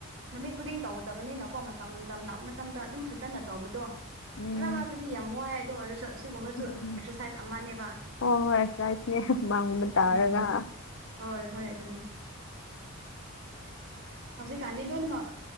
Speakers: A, on the right; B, on the left.
A: ꯅꯨꯃꯤꯠ ꯈꯨꯗꯤꯡ ꯇꯧꯗꯕꯅꯤꯅꯀꯣ ꯃꯇꯝ ꯃꯇꯝ ꯂꯥꯛꯄ ꯃꯇꯝꯗ ꯑꯗꯨꯝ ꯐꯖꯅ ꯇꯧꯕꯗꯣ
B: ꯎꯝ
A: ꯃꯔꯛ ꯃꯔꯛꯇꯗꯤ ꯌꯥꯝ ꯋꯥꯏ ꯑꯗꯨꯗꯣ ꯑꯣꯏꯔꯁꯨ ꯑꯁꯤꯒꯨꯝꯕꯁꯨ
B: ꯎꯝ
A: ꯑꯦꯛꯁꯔꯁꯥꯏꯁ ꯑꯃꯅꯦꯕ
B: ꯍꯣꯏ ꯍꯣꯏ ꯑꯦꯛꯁꯔꯁꯥꯏꯁꯅꯦ ꯃꯥꯡꯕ ꯇꯥꯔꯒ
A: ꯎꯝ ꯍꯣꯏ ꯍꯣꯏ ꯑꯗꯨꯅꯦ ꯍꯧꯖꯤꯛ ꯀꯥꯟꯗ ꯂꯣꯏꯅꯃꯛ